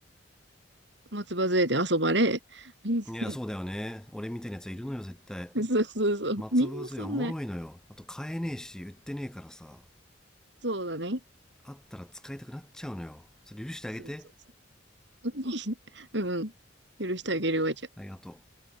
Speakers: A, on the right; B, in the centre.
A: 松葉杖で遊ばれ、<laughs>
B: いや、そうだよね。俺みたいなやついるのよ、絶対。
A: そうそうそう。
B: 松葉杖はおもろいのよ。
A: みんなそんな、
B: あと買えねえし、売ってねえからさ。
A: そうだね。
B: あったら使いたくなっちゃうのよ。それ許してあげて。
A: そうそうそう。<laughs> うん。許してあげるわじゃ
B: ありがと